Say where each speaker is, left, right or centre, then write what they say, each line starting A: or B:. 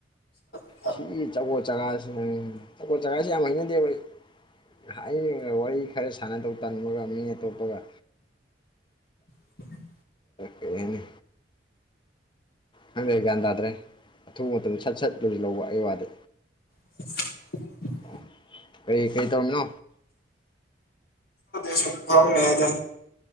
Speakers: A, on the left (about 60°); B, on the left (about 25°).
A: ꯁ
B: ꯁꯤ ꯆꯒꯣꯜ ꯆꯥꯒꯥꯁꯤꯦ ꯆꯒꯣꯜ ꯆꯥꯒꯥꯁꯤꯦ ꯌꯥꯝ ꯍꯩꯅꯗꯦꯕ ꯍꯥꯏ ꯋꯥꯔꯤ ꯈꯔ ꯁꯥꯟꯅꯗꯧ ꯇꯟꯃꯒ ꯃꯤ ꯑꯇꯣꯞꯄꯒ
A: ꯎꯝ
B: ꯀꯩꯅꯤ ꯍꯪꯗꯦ ꯒ꯭ꯌꯥꯟ ꯇꯥ꯭ꯔꯦ ꯑꯊꯨꯕ ꯃꯇꯝꯗ ꯁꯠ ꯁꯠ ꯂꯣꯏꯁꯨ ꯂꯧꯕ ꯑꯩꯒꯤ ꯋꯥꯗꯤ
A: <unintelligible>
B: ꯑꯣ ꯀꯔꯤ ꯀꯔꯤ ꯇꯧꯔꯤꯅꯣ
A: ꯁ ꯀꯝꯃꯦꯗ